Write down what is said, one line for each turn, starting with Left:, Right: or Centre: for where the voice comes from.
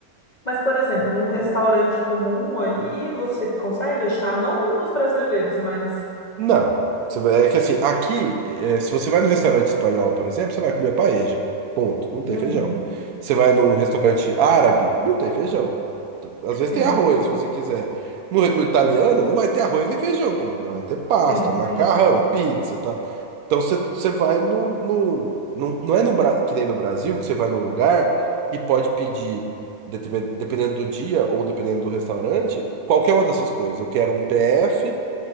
Left: mas, por exemplo, num restaurante comum aí, você consegue achar, não nos brasileiros, mas.
Right: Não. Você vai- É que assim, aqui, é, se você vai num restaurante espanhol, por exemplo, você vai comer paeja. Ponto. Não
Left: Uhum,
Right: tem feijão. Você vai num restaurante árabe, não tem feijão. T- Às vezes
Left: sim,
Right: tem arroz,
Left: sim,
Right: se você quiser. No, no italiano, não vai ter arroz nem feijão também, mas vai ter pasta,
Left: sim,
Right: macarrão,
Left: sim.
Right: pizza e tal. Então você, você vai no, no, no. Não é no, Bra- que nem no Brasil, que você vai num lugar e pode pedir, determin- dependendo do dia ou dependendo do restaurante, qualquer uma dessas coisas. Eu quero um PF